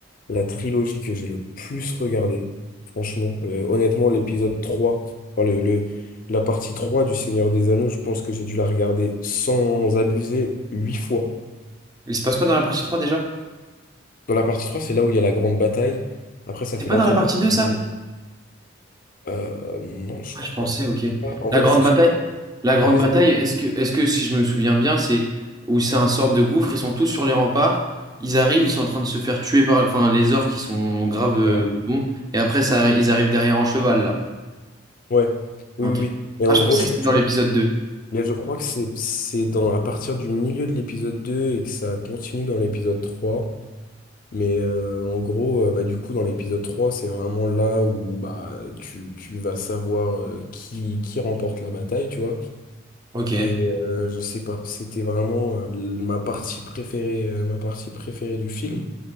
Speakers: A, on the left; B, on the right.
A: la trilogie que j'ai le plus regardée. Franchement, Euh, honnêtement, l'épisode 3, enfin, le, le- la partie 3 du Seigneur des Anneaux, je pense que j'ai dû la regarder sans abuser huit fois.
B: Il se passe quoi dans la partie 3 déjà?
A: Dans la partie trois, c'est là où il y a la grande bataille. Après, ça
B: C'est
A: fait
B: pas
A: longtemps
B: dans la partie
A: que j'ai pas
B: 2 ça?
A: regardé. Euh, non, je
B: Ah,
A: crois
B: je pensais, ok.
A: pas. En
B: La
A: fait,
B: grande
A: c'est-
B: bataille,
A: je-
B: la grande
A: en fait,
B: bataille, est-ce que, est-ce que si je me souviens bien, c'est où c'est un sorte de gouffre, ils sont tous sur les remparts, ils arrivent, ils sont en train de se faire tuer par, enfin, les orques qui sont graves euh,
A: ouais.
B: bons, et après, ça, arri- ils arrivent derrière en cheval, là.
A: Ouais. Oui,
B: Ok.
A: oui, oui. Et
B: Ah,
A: en
B: je
A: gros,
B: pensais
A: je,
B: que c'était dans l'épisode deux
A: mais je crois que c'est c'est dans à partir du milieu de l'épisode 2 et que ça continue dans l'épisode trois Mais euh, en gros, euh, bah, du coup, dans l'épisode 3 c'est vraiment là où bah, tu, tu vas savoir euh, qui, qui remporte la bataille, tu vois.
B: Ok,
A: Et euh, je sais pas, c'était vraiment euh, l- ma partie préférée, euh, ma partie préférée du film.